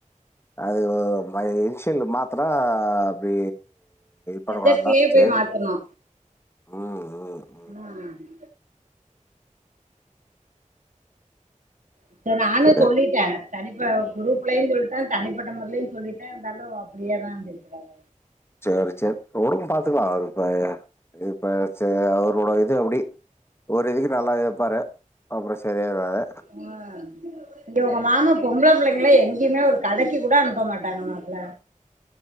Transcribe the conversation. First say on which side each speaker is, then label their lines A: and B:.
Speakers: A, on the left; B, on the right.
A: அது ஒ மை இன்ஷியல் மாத்துனா அப்டி பரவால்ல
B: எசட்லயே போய்
A: செரி
B: மாத்தணு
A: ம் ம்
B: ம் இப்ப நானு
A: சரி
B: சொல்லிட்ட தனிப்ப குரூப்லேயு சொல்லிட்ட தனிப்பட்ட முறலையு சொல்லிட்ட இருந்தாலு அப்டியே தா பேசராக
A: சேரி சேரி உடுங்க பாத்துக்லா அது அப்பய இப்ப ச அவரோட இது அப்டி ஒரு இதுக்கு நல்லா இப்பாரு அப்றோ சரியாயிடுவாரு
B: வந் இங்க உங்க மாமா பொம்பள புள்ளைங்கள எங்கயு ஒரு கடைக்கி கூட அனுப்ப மாட்டாங்க மாப்ள